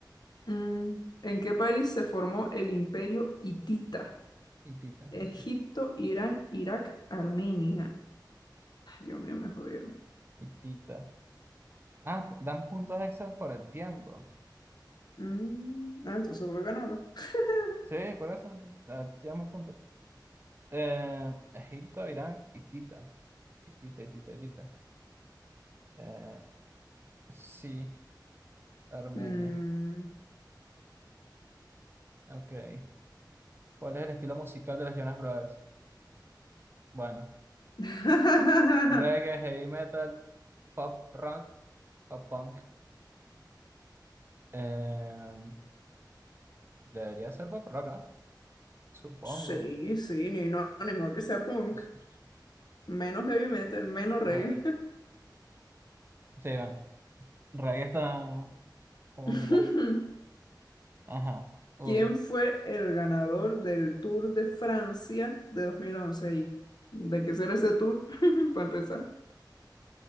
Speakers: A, on the left; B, on the right.
A: Mm, ¿En qué país se formó el Imperio Hitita?
B: Y tita,
A: Egipto,
B: y tita.
A: Irán, Irak, Armenia. Ay, Dios mío, me jodieron.
B: Y Tita. Ah, pu- dan puntos extras por el tiempo.
A: Mm, ah, entonces voy ganando. <laughs>
B: Sí, por eso. ah, Llevamos puntos. Eh, Egipto, Irán y Tita. Y Tita, y Tita, y Tita. Eh, sí, Armenia.
A: Mm.
B: Ok. ¿Cuál es el estilo musical de los Jonas Brothers? Bueno,
A: <laughs>
B: reggae, heavy metal, pop rock, pop punk. Eh, debería ser pop rock, ¿no? Supongo.
A: Sí, sí, ni no, ni modo que sea punk.
B: Sí, sí, sí.
A: Menos heavy metal, menos
B: Vamos
A: reggae.
B: a ver. Sí, bueno. Reggae está, está complicado.
A: <laughs>
B: Ajá. Uy.
A: ¿Quién fue el ganador del Tour de Francia de 2011? ¿Y de qué será ese tour? <laughs> Para empezar.